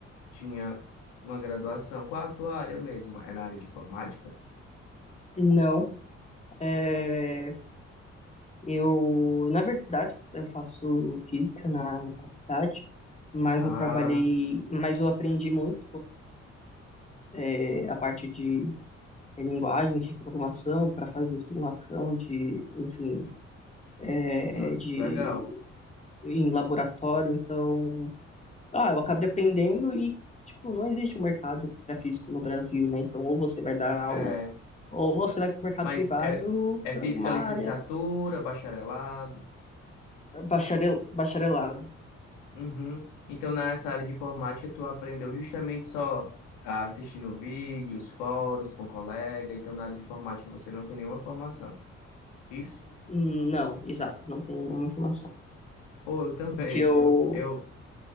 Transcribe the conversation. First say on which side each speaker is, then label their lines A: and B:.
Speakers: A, on the left (about 70°); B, on the left (about 20°).
A: Tinha uma graduação. Qual a tua área mesmo? É na área de informática?
B: Não, é, eu, na verdade, eu faço física na, na faculdade, mas
A: Ah,
B: eu trabalhei, mas eu aprendi muito é, a parte de é, linguagens de programação para fazer simulação de, enfim, é,
A: le-
B: de
A: legal.
B: em laboratório. Então, ah, eu acabei aprendendo e tipo não existe um mercado para físico no Brasil, né? Então, ou você vai dar aula
A: É,
B: ou você vai para o mercado
A: mas
B: privado
A: é, é
B: para
A: física
B: alguma
A: licenciatura,
B: área
A: bacharelado.
B: bacharel, bacharelado.
A: Uhum. Então, nessa área de informática, tu aprendeu justamente só ah, assistindo vídeos, fóruns com colega. Então, na área de informática, você não tem nenhuma formação. Isso?
B: Hum, Não, exato, não tenho nenhuma informação.
A: Pô, eu também,
B: Que eu
A: viu? Eu,